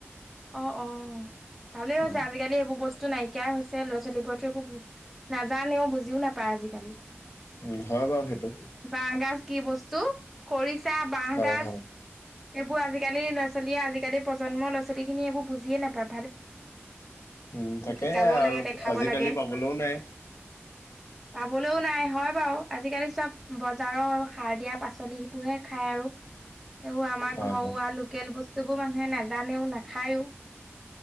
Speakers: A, in the centre; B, on the left (about 85°).
A: অ' অ' ভালে হৈছে,
B: অ
A: আজিকালি এইবোৰ বস্তু তো নাইকিয়াই হৈছে। ল'ৰা ছোৱালীবোৰেতো একো নাজানেও, বুজিও নাপায়, আজিকালি।
B: উম হয় বাৰু সেইটো
A: বাঁহ গাজ কি বস্তু। খৰি ছা বাঁহ
B: হয়
A: গাজ,
B: হয়
A: এইবোৰ আজিকালি, ল'ৰা ছোৱালীয়ে, আজিকালি প্ৰজন্মৰ ল'ৰা ছোৱালীয়ে ছোৱিখিনিয়ে এইবোৰ বুজিয়েই নাপাই।
B: উম তাকেহে
A: শিকাবও
B: আৰু,
A: লাগে দেখাব
B: আজিকালি
A: লাগে
B: পাবলৈও নাই।
A: পাবলৈও নাই, হয় বাৰু। আজিকালি চব বজাৰৰ সাৰ দিয়া পাচলি সেইবোৰহে খায় আৰু। এইবোৰ আমাৰ
B: হয়
A: ঘৰুৱা
B: হয়
A: লোকেল বস্তু সেইবোৰ মানুহে নাজানেও নেখায়োঁ। খায়ো।